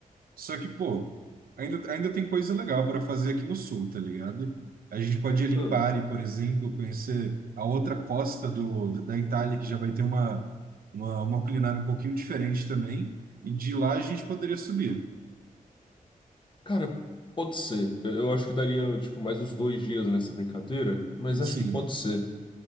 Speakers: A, on the right (about 85°); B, on the left (about 35°).
A: Só que, pô, ainda, ainda tem coisa legal para fazer aqui no sul, tá ligado? A gente pode ir ali
B: Ah,
A: em Bari, por exemplo, conhecer a outra costa do, da Itália, que já vai ter uma, uma, uma culinária um pouquinho diferente também. E de lá a gente poderia subir.
B: cara, pode ser. Eu, eu acho que daria, tipo, mais uns dois dias nessa brincadeira, mas
A: Sim,
B: acho que pode ser.